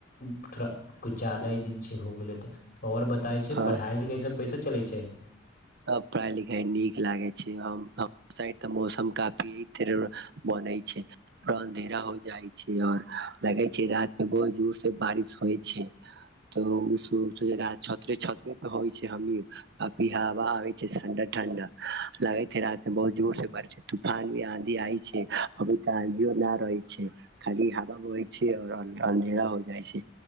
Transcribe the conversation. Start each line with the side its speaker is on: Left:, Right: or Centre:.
Left: थोड़ा किछु ज्यादा ही दिन छै हो गेलै, तऽ आओर बताय छै
Right: ह
Left: पढ़ाइ लिखाइ सभ कैसा चलै छै।
Right: सभ पढ़ाई लिखाई नीक लागै छै हम। साइड तऽ मौसम काफी बने छै पुरा अन्धेरा हो जाय छै आओर लगै छै रात बहुत जोर से बारिश होइ छै तऽ लोग सोचै छै रात छतरे छते परे होइ छै हमी। अभी हवा आबै छै ठंडा ठण्डा, लगै छैे रात मे बहुत जोर से बारिश तूफान भी आँधी आइ छै अभी तऽ आँधीयो न रहै छै। खाली हवा बहै छै आओर हल्का अन्धेरा हो जाइ छै।